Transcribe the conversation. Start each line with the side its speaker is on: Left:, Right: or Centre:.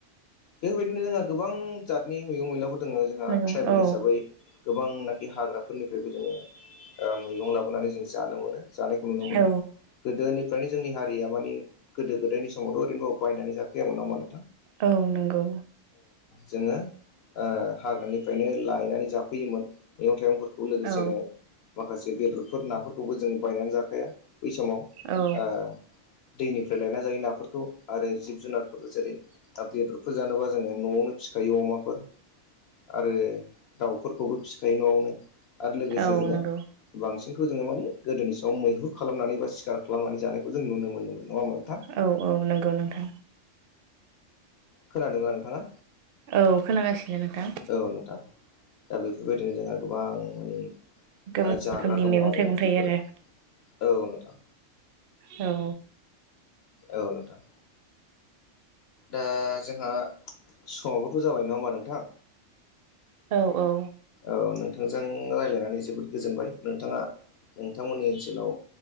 Left: बेबायदिनो जोंहा गोबां जातनि मैगं मैलाफोर दोङो जोंहा
Right: नंगौ
Left: ट्राइबेल
Right: औ
Left: हिसाबै गोबांनाखि हाग्राफोरनिफ्रायबो जोङो ओ मैगं लाबोनानै जों जानो मोनो जानायखौ नुनो मोनो
Right: औ
Left: गोदोनि फ्रायनो जोंनि हारिया माने गोदो गोदायनि समावथ' ओरैनोबाबाव बायनानै जाखायामोन नाव माने
Right: औ नोंगौ।
Left: जोङो ओ हाग्रानिफ्रायनो लायनानै जाफैयोमोन मैगं थाइगंफोर खौ लोगोसेनो
Right: औ
Left: माखासे बेदरफोर नाफोरखौबो जोङो बायनानै जाखाया बै समाव
Right: औ
Left: ओ दैनि निफ्राय लायना जायो नाफोरखौ आरो जिब जुनारफोर जेरै दाव बेदरफोर जानोबा जोङो न'आवनो फिखायो अ माफोर आरो दाउफोरखौबो फिखायो न'आवनो। आरो लोगोसे
Right: औ
Left: जोङो
Right: नंगौ
Left: बांसिनखौ जोङो माने गोदोनि सायाव मैहुर खालामनानै बा सिखार खालामनानै जानायखौ जों नुनो मोनोमोन नङा होमबा नोंथां
Right: औ औ नंगौ नोंथां।
Left: खोनादों नोंथाङा?
Right: औ खोनागासिनो नोंथां।
Left: औ नोंथां दा बेफोरबायदिनो जोंहा गोबां माने
Right: गोबां
Left: ओ जाग्रा
Right: रोखोमनि
Left: दङ
Right: मैगं
Left: आरो
Right: थाइगं
Left: ओंख्रिफोरा।
Right: थायो आरो
Left: औ नोंथां
Right: औ
Left: औ नोंथां दा जोंहा समावबोथ' जाबाय नङा होमबा नोंथां!
Right: औ औ
Left: औ नोंथांजों रायज्लायनानै जोबोद गोजोनबाय नोंथाङा नोंथांमोननि ओनसोलाव